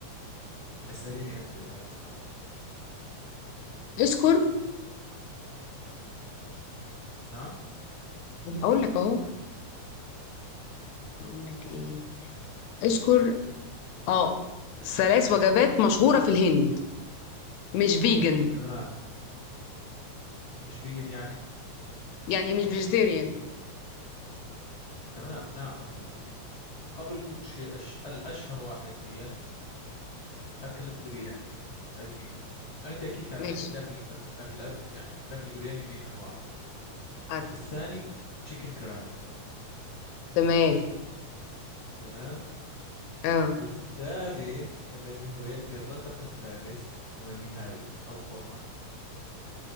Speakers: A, on the left; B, on the left.
A: اسأليني أنت الآن سؤال
B: اشكر
A: نعم
B: اقول لك اهو اقول لك ايه اشكر اه ثلاث وجبات مشهورة في الهند مش فيجن
A: تمام مش فيجن يعني
B: يعني مش فيجيتيريان
A: تمام نعم أقول لك قبل كل شيء أش... الأشهر واحد هي أكلة برياني هذه أولى أنت أكيد تعرفين
B: ماشي
A: داخل أك- أكلات يعني داخل برياني في أنواع
B: عارف
A: والثاني تشيكن كراي
B: تمام
A: تمام
B: اه
A: والثالث الذي هو يأتي الرقم الثالث هو نهاري أو قورمة